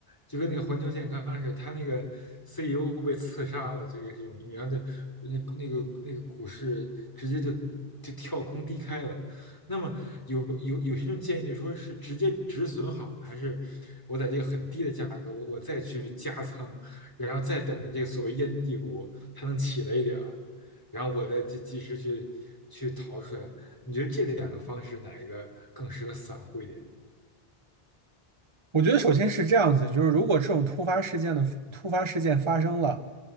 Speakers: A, on the left; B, on the right.
A: 就跟那个环球健康似的，他那个 CEO 被刺杀了，这个这种东西，然后那那那个那个股市直接就就跳空低开了，那么有有有些人建议就说是直接止损好呢还是我在这个很低的价格，我我再去加仓，然后再等着这个所谓烟蒂股它能起来一点儿，然后我再及及时去去逃出来。你觉得这两个方式哪一个更适合散户一点？
B: 我觉得首先是这样子，就是如果这种突发事件的突发事件发生了，